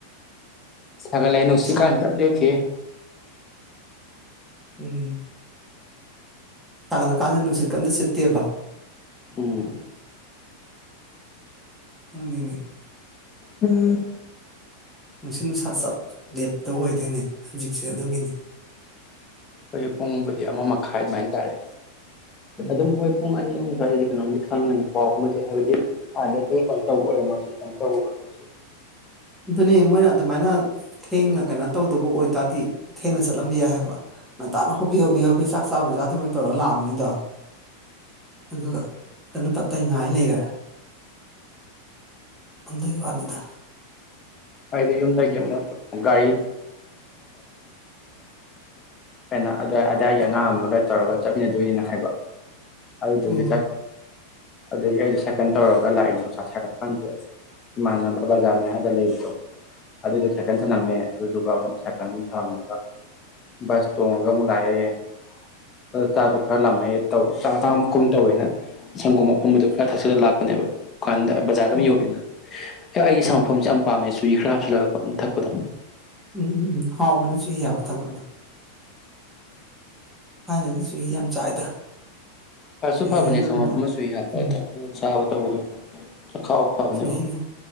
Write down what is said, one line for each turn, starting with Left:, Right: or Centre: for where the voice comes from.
Left: ꯆꯒ ꯂꯩ ꯅꯁꯤ
Centre: ꯁꯥ
Left: ꯀꯥꯥꯟ ꯂꯦꯞꯈꯤꯍꯦ <inaudible>
Centre: ꯎꯝ ꯁꯥꯒꯠꯂ ꯀꯥꯟꯁꯤꯗ ꯅꯨꯡꯁꯤꯠꯀ ꯑꯝ ꯁꯤꯠꯇꯦꯕ
Left: ꯎꯝ
Centre: ꯇꯨꯝꯅꯤꯡꯉꯦ
Left: ꯎꯝ
Centre: ꯅꯨꯡꯁꯤꯠ ꯅꯨꯡꯁꯥ ꯆꯞ ꯂꯦꯞꯄꯗꯣ ꯑꯣꯏꯗꯣꯏꯅꯦ ꯍꯧꯖꯤꯛꯁꯦ ꯑꯗꯨꯒꯤꯅꯦ
Left: ꯍꯧꯖꯤꯛ ꯄꯨꯡꯕꯨꯗꯤ ꯑꯃ ꯃꯈꯥꯏ ꯑꯗꯨꯃꯥꯏꯅ ꯇꯥꯔꯦ
Centre: ꯎꯝ
Left: ꯑꯗꯨꯝ ꯍꯣꯏ ꯄꯨꯡ ꯑꯅꯤ ꯃꯨꯛ ꯑꯗꯨꯗꯤ ꯀꯩꯅꯣꯝꯗꯤ ꯈꯪꯉꯅꯤ ꯄꯥꯎ ꯑꯃꯗꯤ ꯍꯥꯏꯕꯗꯤ ꯑꯥꯗꯒꯤ ꯀꯩꯅꯣ ꯇꯧꯕ ꯑꯣꯏꯔꯝꯃꯁꯨ ꯀꯩꯅꯣ ꯇꯧꯕ ꯑꯣꯏꯔꯝꯃꯁꯨ
Centre: ꯑꯗꯨꯅꯤ ꯃꯣꯏꯅ ꯑꯗꯨꯃꯥꯏꯅ ꯊꯦꯡꯅ ꯀꯩꯅꯣ ꯇꯧꯗꯕ ꯑꯣꯏꯇꯥꯔꯗꯤ ꯊꯦꯡꯅ ꯆꯠꯂꯝꯕ ꯌꯥꯏ ꯍꯥꯏꯕ ꯉꯟꯇꯥꯅ ꯍꯣꯕꯦ ꯍꯣꯕꯦ ꯍꯣꯕꯦ ꯆꯥꯛ ꯆꯥꯕꯣꯏ ꯆꯥꯗꯕꯣꯏ ꯇꯧꯔꯒ ꯂꯥꯛꯑꯝꯃꯅꯤꯗꯣ ꯑꯗꯨꯒ ꯁꯤꯗ ꯑꯃꯨꯛ ꯇꯞ ꯇꯥꯏ ꯉꯥꯏ ꯂꯩꯔꯦ ꯑꯗꯨꯒꯤ ꯋꯥꯅꯤꯗ
Left: ꯑꯩꯗꯣ ꯌꯨꯝꯗꯒꯤ ꯑꯃꯨꯛ ꯒꯥꯔꯤ <inaudible> ꯑꯗꯥꯏ ꯑꯗꯥꯏꯒꯤ ꯑꯉꯥꯡ ꯑꯃꯒ ꯇꯧꯔꯒ ꯆꯠꯃꯤꯟꯅꯗꯣꯏꯅꯤꯅ ꯍꯥꯏꯕ ꯑꯗꯨꯗꯨꯒꯤ
Centre: ꯎꯝ
Left: ꯑꯗꯒꯤ ꯑꯩꯖ ꯁꯀꯜ ꯇꯧꯔꯒ ꯂꯥꯛꯏꯅ ꯅꯨꯡꯁꯥ ꯁꯥꯒ꯭ꯔꯀꯥꯟꯁꯤꯗ ꯏꯃꯥꯟꯅꯕ ꯕꯖꯥꯔ ꯃꯌꯥꯗ ꯂꯩꯕꯗꯣ ꯑꯗꯨꯒ ꯁꯥꯏꯀꯟ ꯊꯅꯝꯃꯦ ꯑꯗꯨꯗꯨꯒ ꯑꯃꯨꯛ ꯁꯥꯏꯀꯜ ꯊꯅꯝꯃꯒ ꯕꯁ ꯇꯣꯡꯉꯒ ꯑꯃꯨꯛ ꯂꯥꯛꯑꯦ ꯍꯣꯏ ꯆꯥꯛꯇꯣ ꯈꯔ ꯂꯥꯝꯃꯛꯑꯦ ꯇꯧ ꯆꯥꯛ ꯊꯥꯃꯨꯛ ꯀꯨꯝ ꯇꯧꯋꯦꯅ ꯁꯪꯒꯣꯝ ꯑꯐꯝꯕꯗꯣ ꯈꯔ ꯊꯛꯆꯜꯂ ꯂꯥꯛꯄꯅꯦꯕ ꯀꯥꯟꯗ ꯕꯖꯥꯔꯗ
Centre: ꯎꯝ
Left: ꯑꯗꯨꯝ ꯌꯧꯔꯦꯅ ꯑꯦ ꯑꯩ ꯁꯪꯒꯣꯝ ꯑꯐꯝꯕꯁꯦ ꯌꯥꯝ ꯄꯥꯝꯃꯦ ꯆꯨꯍꯤ ꯈꯔ ꯍꯥꯞꯆꯤꯜꯂꯒ ꯑꯗꯨꯝ ꯊꯛꯄꯗꯣ
Centre: ꯎꯝ ꯎꯝ ꯎꯝ ꯍꯥꯎꯕꯅꯤ ꯆꯨꯍꯤ ꯍꯥꯞꯄ ꯊꯛ ꯄꯗꯣ ꯍꯥꯟꯅꯗꯤ ꯆꯨꯔꯤ ꯌꯥꯝ ꯆꯥꯏꯗ
Left: ꯐꯁꯨ
Centre: ꯆꯨꯍꯤ
Left: ꯐꯕꯅꯦ
Centre: ꯌꯣꯟꯕ
Left: ꯁꯪꯒꯣꯝ ꯑꯐꯝꯕ ꯆꯨꯍꯤ ꯍꯥꯞꯄꯒ
Centre: ꯎꯝ
Left: ꯊꯛꯄꯑꯣ ꯆꯥꯕ ꯇꯧꯕꯗꯣ ꯆꯈꯥꯎ ꯐꯕꯅꯦꯕ
Centre: ꯆꯨꯍꯤ